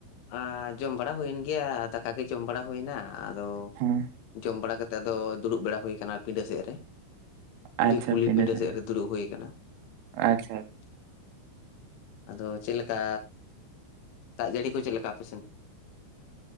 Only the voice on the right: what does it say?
ᱦᱮᱸ
ᱟᱪᱪᱷᱟ
ᱟᱪᱪᱷᱟ
ᱟᱪᱪᱷᱟ